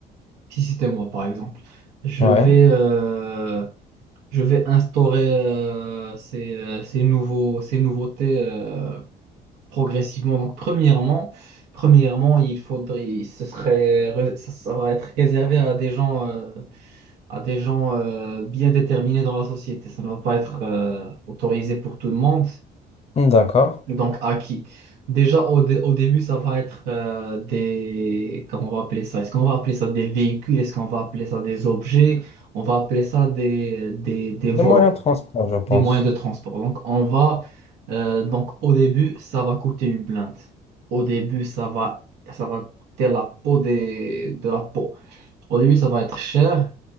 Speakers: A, on the right; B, on the left.
A: Si c'était moi, par exemple, je
B: Ouais.
A: vais... euh, je vais instaurer euh, ces, euh, ces nouveaux, ces nouveautés euh, progressivement. Donc, premièrement, premièrement, il faudrait, il- ce serait, re- ça, ça va être réservé à des gens, euh, à des gens euh, bien déterminés dans la société. Ça ne va pas être euh, autorisé pour tout le monde.
B: D'accord.
A: Donc, à qui? Déjà, au, dé- au début, ça va être euh, des... Comment on va appeler ça? Est-ce qu'on va appeler ça des véhicules? Est-ce qu'on va appeler ça des objets? On va appeler ça des, des, des
B: Des
A: volants
B: moyens de transport, je pense.
A: des moyens de transport. Donc, on va, euh, donc au début, ça va coûter une blinde. Au début, ça va, ça va coûter la peau des, de la peau. Au début, ça va être cher